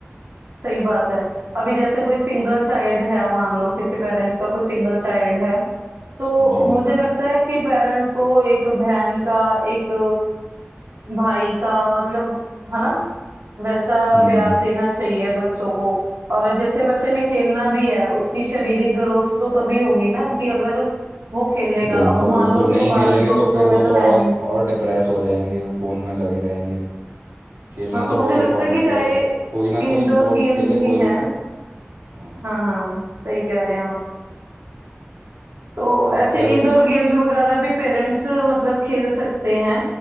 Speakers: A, on the right; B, on the right.
A: सही बात है अभी जैसे कोई सिंगल चाइल्ड है मान लो किसी पेरेंट्स का कोई सिंगल चाइल्ड है तो
B: जी
A: मुझे
B: जी
A: लगता है कि पेरेंट्स को एक बहन का एक भाई का मतलब है ना वैसा
B: हम्म हम्म
A: प्यार देना चाहिए बच्चों को और जैसे बच्चे ने खेलना भी है उसकी शारीरिक ग्रोथ तो तभी होगी ना कि अगर वो खेलेगा
B: बिल्कुल
A: अब मान
B: बिल्कुल
A: लो उसको
B: नहीं
A: बाहरी
B: खेलेंगे
A: दोस्तों
B: तो फिर वो
A: में तो
B: तो
A: है
B: और
A: नहीं
B: और डिप्रेस हो जाएंगे वो फ़ोन में लगे रहेंगे खेलना
A: हाँ
B: तो
A: तो मुझे
B: बहुत
A: लगता
B: इम्पोर्टेंट
A: है कि चाहे
B: है कोई ना
A: इंडोर
B: कोई स्पोर्ट्स
A: गेम्स
B: खेले
A: ही
B: कोई
A: हैं
B: भी हाँ
A: हाँ हाँ सही कह रहे हैं आप। तो
B: आप
A: ऐसे
B: वैसे
A: इंडोर गेम्स वगैरह भी पेरेंट्स मतलब खेल सकते हैं